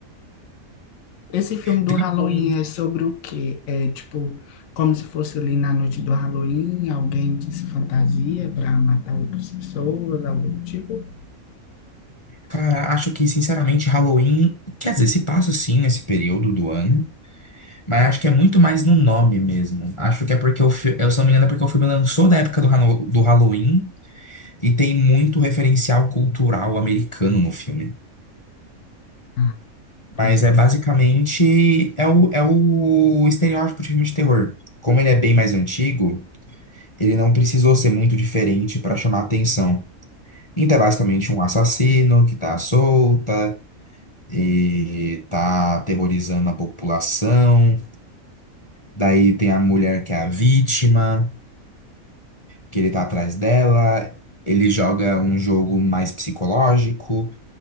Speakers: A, on the left; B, on the left.
A: Esse filme do
B: Tem
A: Halloween
B: um,
A: é sobre o quê? É tipo, como se fosse ali na noite do Halloween, alguém que se fantasia para matar outras pessoas, algo do tipo?
B: cara, acho que sinceramente Halloween, quer dizer, se passa sim nesse período do ano, mas acho que é muito mais no nome mesmo. Acho que é porque o filme, eu se não me engano, é porque o filme lançou da época do, Hano- do Halloween e tem muito referencial cultural americano no filme.
A: Ah,
B: Mas
A: é.
B: é basicamente é o, é o estereótipo de filme de terror. Como ele é bem mais antigo, ele não precisou ser muito diferente para chamar atenção. Então, é basicamente um assassino que tá à solta e tá aterrorizando a população. Daí tem a mulher que é a vítima, que ele tá atrás dela. Ele joga um jogo mais psicológico,